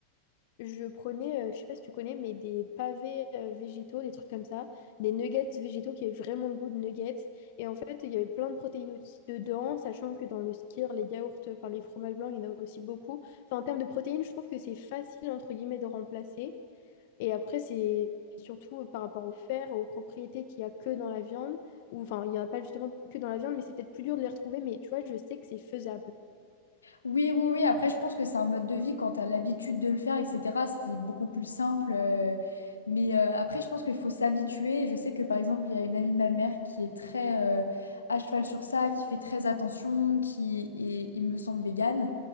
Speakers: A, on the left; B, on the left.
A: je prenais, euh, je sais pas si tu connais, mais des pavés euh, végétaux, des trucs comme ça, des nuggets végétaux qui avaient vraiment le goût de nuggets. Et en fait, il y avait plein de protéines aussi dedans, sachant que dans le skyr, les yaourts, enfin les fromages blancs, il y en a aussi beaucoup. Enfin, en termes de protéines, je trouve que c'est facile, entre guillemets, de remplacer. Et après, c'est surtout euh, par rapport au fer, aux propriétés qu'il y a que dans la viande, ou enfin, il n'y en a pas justement que dans la viande, mais c'est peut-être plus dur de les retrouver, mais tu vois, je sais que c'est faisable.
B: Oui, oui, oui. Après, je pense que c'est un mode de vie quand tu as l'habitude de le faire, etc. C'est beaucoup plus simple. euh, Mais euh, après, je pense qu'il faut s'habituer. Et Je sais que, par exemple, il y a une amie de ma mère qui est très euh, à cheval sur ça, qui fait très attention, qui est, il me semble, végane.